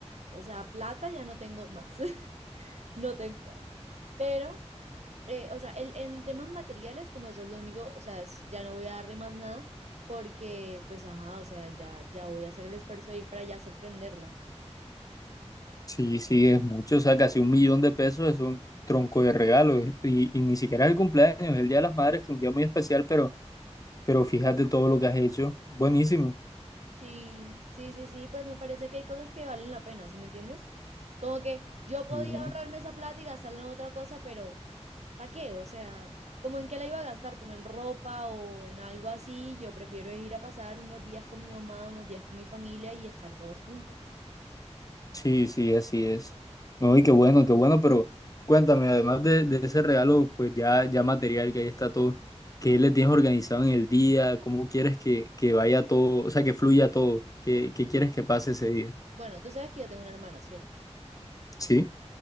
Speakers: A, on the right; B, on the left.
A: O sea, plata ya no tengo más. <laughs> No tengo. Pero, eh, o sea, el, en temas materiales, como eso es lo único, o sea, es- ya no voy a darle más nada porque, pues, ajá, o sea, ya, ya voy a hacer el esfuerzo de ir para allá sorprenderla.
B: Sí, sí, es mucho, o sea, casi un millón de pesos es un tronco de regalo es- y, y ni siquiera es el cumpleaños, es el Día de las Madres, que es un día muy especial, pero, pero fíjate todo lo que has hecho, buenísimo.
A: Sí, sí, sí, sí, pues me parece que hay cosas que valen la pena, ¿sí me entiendes? Como que yo podía
B: ¿no?
A: ahorrarme esa plata y gastarla en otra cosa, pero ¿Para qué? O sea, como en qué la iba a gastar, como en ropa o en algo así, yo prefiero ir a pasar unos días con mi mamá, unos días con mi familia y estar todos juntas.
B: Sí, sí, así es. No, y qué bueno, qué bueno, pero cuéntame, además de, de ese regalo, pues ya, ya material que ahí está todo, ¿qué le tienes organizado en el día? ¿Cómo quieres que, que vaya todo, o sea, que fluya todo? ¿Qué, qué quieres que pase ese día?
A: Bueno, tú sabes que yo tengo una hermana, ¿cierto?
B: Sí,